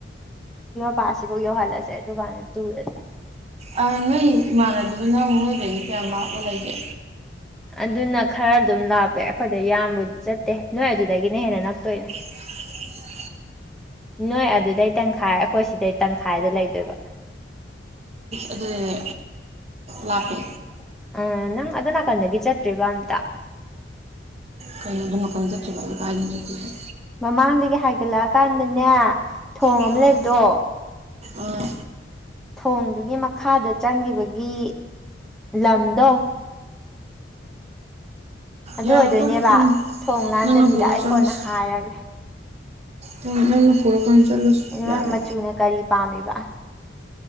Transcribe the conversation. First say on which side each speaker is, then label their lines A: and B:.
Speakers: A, in the centre; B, on the right.
A: ꯄꯥꯁꯤꯐꯥꯎ ꯌꯧꯍꯜꯂꯁꯦ ꯑꯗꯨꯀꯥꯟꯗ ꯇꯨꯔꯁꯦ
B: ꯑꯥ ꯅꯣꯏ ꯏꯃꯥꯟꯅꯕꯤꯗꯨꯅ ꯅꯣꯏꯗꯒꯤ ꯀꯌꯥꯝ ꯂꯥꯞꯅ ꯂꯩꯒꯦ
A: ꯑꯗꯨꯅ ꯈꯔ ꯑꯗꯨꯝ ꯂꯥꯞꯄꯦ ꯑꯩꯈꯣꯏꯗ ꯌꯥꯝꯕꯨꯗꯤ ꯆꯠꯇꯦ ꯅꯣꯏ ꯑꯗꯨꯗꯒꯤꯅ ꯍꯦꯟꯅ ꯅꯛꯇꯣꯏꯅꯦ
B: <unintelligible>
A: ꯅꯣꯏ ꯑꯗꯨꯗꯩ ꯇꯪꯈꯥꯏ ꯑꯩꯈꯣꯏ ꯁꯤꯗꯩ ꯇꯪꯈꯥꯏꯗ ꯂꯩꯗꯣꯏꯕ
B: ꯑꯗꯨꯗꯤ ꯂꯥꯞꯄꯦ
A: ꯑ ꯅꯪ ꯑꯗꯣ ꯅꯥꯀꯟꯗꯒꯤ ꯆꯠꯇ꯭ꯔꯤꯕ ꯑꯝꯇ
B: ꯀꯩꯅꯣ ꯑꯗꯨ ꯅꯥꯀꯟꯗꯒꯤ ꯆꯠꯇ꯭ꯔꯤꯕ ꯍꯥꯏꯁꯦ ꯀꯥꯏꯗꯅꯣ ꯆꯠꯇꯣꯏꯁꯦ
A: ꯃꯃꯥꯡꯗꯒꯤ ꯍꯥꯏꯒꯠꯂꯛꯑꯀꯥꯟꯗꯅꯦ ꯊꯣꯡ
B: ꯆꯠꯇ꯭ꯔꯤꯁꯦ
A: ꯑꯃ ꯂꯩꯕꯗꯣ
B: ꯑꯥ
A: ꯊꯣꯡꯗꯨꯒꯤ ꯃꯈꯥꯗ ꯆꯪꯈꯤꯕꯒꯤ ꯂꯝꯗꯣ ꯑꯗꯨ
B: ꯌꯥꯔꯦ
A: ꯑꯣꯏꯗꯣꯏꯅꯦꯕ
B: ꯇꯣꯛꯑꯣ ꯈꯪꯉꯦ
A: ꯊꯣꯡ ꯂꯥꯟꯗꯕꯤꯗ
B: ꯅꯪꯅ ꯄꯨꯔ
A: ꯑꯩ
B: ꯆꯠꯂꯁꯤ
A: ꯀꯣꯟꯅ ꯍꯥꯏꯔꯒꯦ
B: ꯍ‌ꯣꯏ ꯅꯪꯅ ꯄꯨꯔꯀꯥꯟ ꯆꯠꯂꯁꯤ
A: ꯅꯪ
B: ꯌꯥꯔꯦ
A: ꯃꯆꯨꯅ ꯀꯔꯤ ꯄꯥꯝꯃꯤꯕ